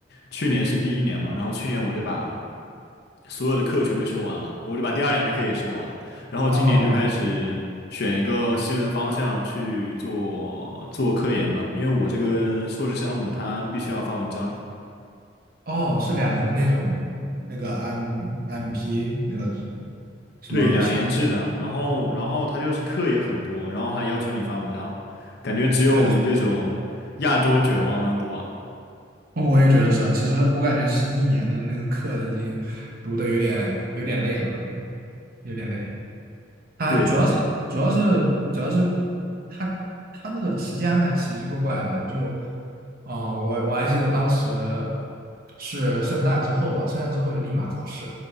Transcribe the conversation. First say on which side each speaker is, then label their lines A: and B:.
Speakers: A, on the left (about 60°); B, on the right (about 55°).
A: 去年是第一年嘛，然后去年我就把。所有的课全部修完了，我就把第二年的课也修完了，然后今年就开始选一个新闻方向去做做科研吧，
B: 哦，
A: 因为我这个硕士项目它必须要发文章，
B: 哦，是两年的那种那个 M MP 那个什么项，
A: 对，两年制的，然后然后它就是课也很多，然后还要求你发文章，感觉只有我们这种亚洲卷王能读啊。
B: 对，我也觉得是啊。其实我感觉其实一年的那个课已经读的有点有点累了，有点累。他主要是主要是
A: 对，
B: 主要是他他那个时间安排奇奇怪怪的，就嗯，我我还记得当时是圣诞之后吧，圣诞之后就立马考试，